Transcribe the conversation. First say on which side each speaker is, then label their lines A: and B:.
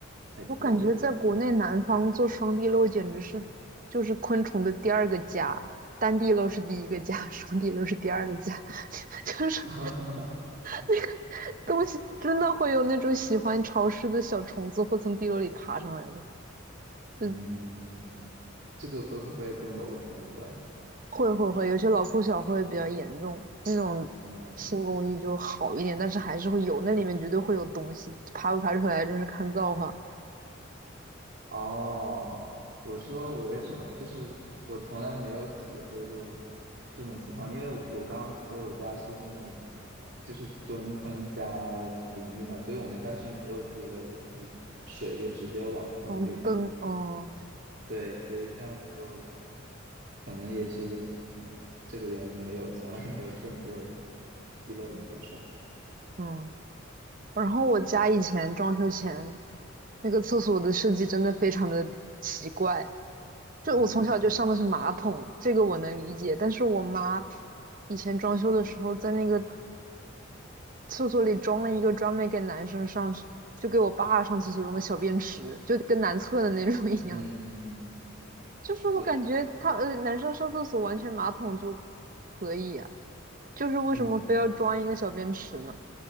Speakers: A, on the right (about 60°); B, on the right (about 45°).
A: 太鸡肋了。
B: 我感觉在国内南方做双地漏简直是就是昆虫的第二个家，单地漏是第一个家，双地漏是第二个家。就是
A: <laughs>
B: 那个东西真的会有那种喜欢潮湿的小虫子，会从地沟里爬上来的。嗯，
A: 嗯，这个会不会跟楼层有关系？
B: 会会会，
A: 是，
B: 有些老破小会比较严重，那种新公寓就好一点，
A: 嗯，
B: 但是还是会有，那里面绝对会有东西，爬不爬出来真是看造化。
A: 哦，我说我为什么，就是我从来没有体会过这种情况，因为我我刚刚说我家是那种就是蹲坑加淋浴嘛，所以我们家是没有地漏的，就是水就直接往坑里流。
B: 黄灯，嗯
A: 对，所以这样就可能也是一这个原因，没有从来没有见过地漏里的虫。
B: 嗯嗯。然后我家以前装修前那个厕所的设计真的非常的奇怪，就我从小就上的是马桶，
A: 嗯
B: 这个我能理解。但是我妈以前装修的时候，在那个厕所里装了一个专门给男生上，就给我爸上厕所用的小便池，就跟男厕的那种一样。
A: 嗯，嗯
B: <laughs> 就是我感觉他呃，
A: 我
B: 男生上厕所完全马桶就可以啊，就是为什么非要装一个小便池呢？
A: 嗯。